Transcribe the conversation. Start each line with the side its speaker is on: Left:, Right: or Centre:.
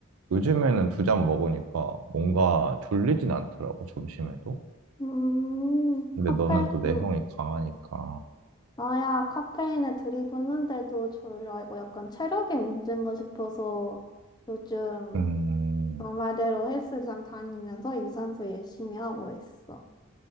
Right: 요즘에는 두 잔 먹으니까 뭔가 졸리진 않더라고 점심에도.
Left: 응.
Right: 근데
Left: 카페,
Right: 너는 또 내성이
Left: 응.
Right: 강하니까
Left: 나야 카페인에 들이붓는데도 졸려. 이거 약간 체력의 문제인가 싶어서 요즘
Right: 음
Left: 너 말대로 헬스장 다니면서 유산소 열심히 하고 있어.